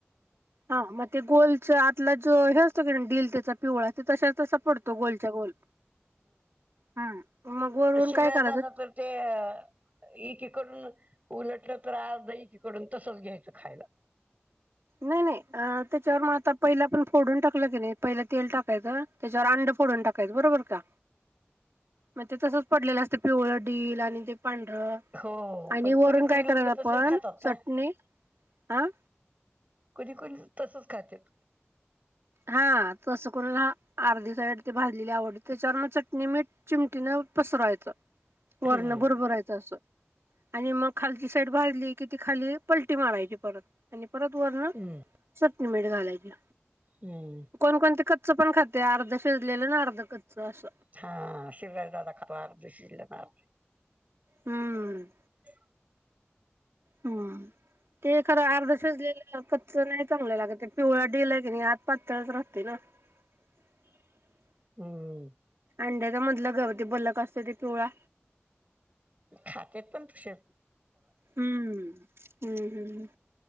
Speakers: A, on the right; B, on the right.
A: हा मग ते गोलच आतला जो हे असतो. का डील त्याचा. पिवळा ते त तसा पडतो गोलच्या गोल ह मग वरून
B: जात
A: काय करायचं
B: तर ते <unintelligible> करुन उलटलं तर अर्ध एकीकडुन तसच घ्यायचं खायला.
A: नाही नाही अ त्याच्यावर मग आता पहिला आपण फोडून टाकलं का नाही पण पहिलं तेल टाकायचं त्याच्यावर अंड फोडून टाकायचं बरोबर का. मग ते तसच पडून राहत. पांढर.
B: हो
A: आणि
B: पण
A: वरून
B: कुणी कुणी
A: काय करायला
B: लोक तसेच
A: पण
B: खातात
A: चटणी.
B: ना
A: आ.
B: कुणी-कुणी तसच खातेत.
A: हा तसं कोणाला अर्धी साईड ते भाजलेली आवडते. त्याच्यावर मग चटणी-मीट ची ते मग पसरायचं वरण
B: हम्म
A: बुरबुरराहायचं असं. आणि मग खालची साईड भाजली कि. ती खाली पलटी मारायची परत आणि. परत वरण
B: हम्म
A: चटणी मिेठ घालायच्या.
B: हम्म
A: कोणकोणते कच्च पण खाते. अर्ध शिजलेलं ना. अर्ध कच्च अस.
B: हा शिवराज दादा खातो. अर्ध शिजलेल.
A: हम्म.
B: <inaudible>
A: हम ते खरं अर्धशीजलेल. अ कच्चं नाही चांगलं लागत, ते पिवळं डील हाय की नाही आत पातळच राहते ना. <inaudible>
B: हम्म
A: अंड्याचा मधलं ग व ते बलक असतंय ते पिवळा.
B: खातेत पण तशे.
A: हम्म हम्म हम्म